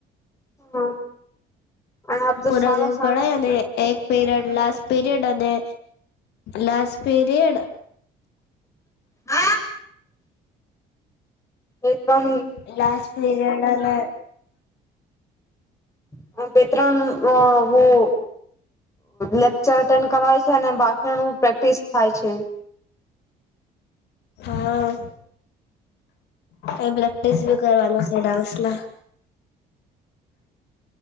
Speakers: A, on the left (about 15°); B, on the left (about 80°).
A: હા અને આપ તો
B: પૂરા
A: સારા
B: દન
A: સારા
B: પડાય અને એક પીરિયડ લાસ્ટ પીરિયડ અને લાસ પીરિયડ
A: હા એકમ
B: લાસ્ટ પીરિયડ અને
A: હ બેત્રન હું લેક્ચર અટેન્ડ કરે છે અને બાકીનું પ્રેક્ટિસ થાય છે.
B: હા એ ભલા ટેસ્ટ ભી કરવા છે.